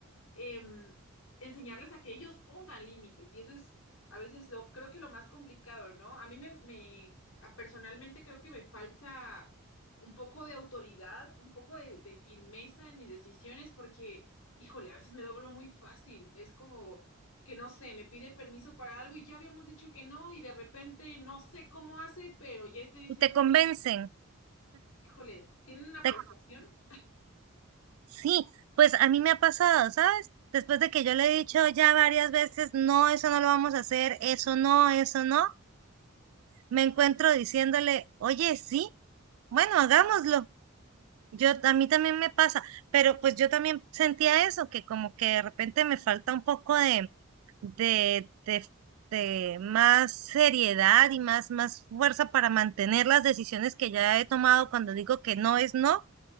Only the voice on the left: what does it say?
em, enseñarles a que ellos pongan límites. Y eso es a veces lo, creo que lo más complicado, ¿no? A mí me, me a- personalmente creo que me falta un poco de autoridad, un poco de, de firmeza en mis decisiones, porque, híjole, a veces me doblo muy fácil. Es como que no sé, me pide permiso para algo y ya habíamos dicho que no, y de repente no sé cómo hace, pero ya estoy diciendo
que, híjole, tiene una
persuasión